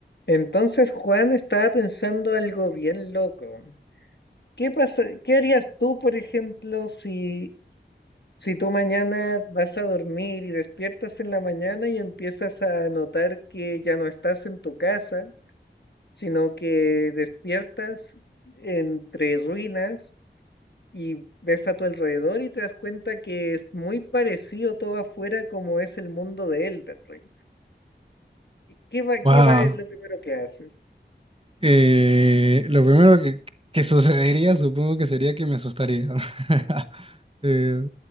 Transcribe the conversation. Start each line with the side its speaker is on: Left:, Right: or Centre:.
Left: Entonces Juan estaba pensando algo bien loco. ¿Qué pasa, qué harías tú, por ejemplo, si, si tú mañana vas a dormir y despiertas en la mañana y empiezas a notar que ya no estás en tu casa, sino que despiertas entre ruinas y ves a tu alrededor y te das cuenta que es muy parecido todo afuera como es el mundo de Elden Ring? ¿Qué va, qué
Right: Wow.
Left: va, es lo primero que haces?
Right: Eh, lo primero que, que sucedería, supongo que sería que me asustaría. <laughs> Eh,